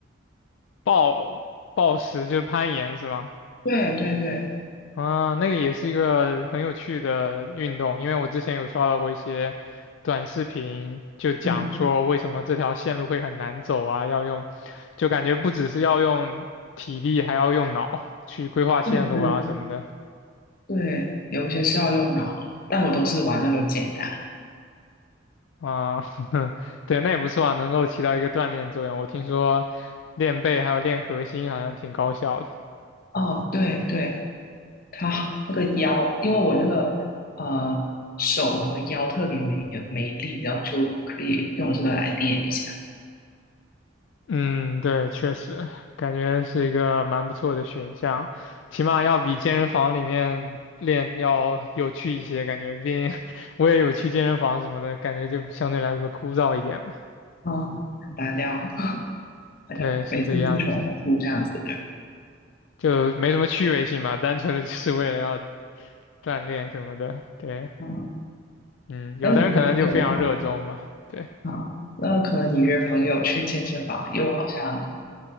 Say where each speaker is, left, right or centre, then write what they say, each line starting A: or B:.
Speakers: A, on the left (about 70°); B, on the left (about 50°).
A: 暴暴食就是攀岩是吗？
B: 对对对，
A: 啊，那个也是一个很有趣的运动，因为我之前有刷到过一些短视频，就讲说为什么这条线路会很难走啊，
B: 嗯，
A: 要用，就感觉不只是要用体力，还要用脑去规划线路啊什么的。
B: 对对对，有一些是要用脑，但我都是玩那种简单。
A: 啊，<laughs> 对，那也不错啊，能够起到一个锻炼作用。我听说练背还有练核心好像挺高效的。
B: 哦，对对，他好那个腰，因为我那个呃手和腰特别没有没力，然后就可以用这个来练一下。
A: 嗯，对，确实感觉是一个蛮不错的选项，起码要比健身房里面练要有趣一些，感觉。毕竟 <laughs> 我也有去健身房什么的，感觉就相对来说枯燥一点嘛。
B: 啊、很单调，好
A: 对，
B: 像每次都是重复这样子的。
A: 是这个样子，就没什么趣味性嘛，单纯的就是为了要锻炼什么的。对，
B: 啊、
A: 嗯，有的人可能就非常热衷嘛。
B: 那你约朋友的话，
A: 对。
B: 啊、那可能你约朋友去健身房，又好像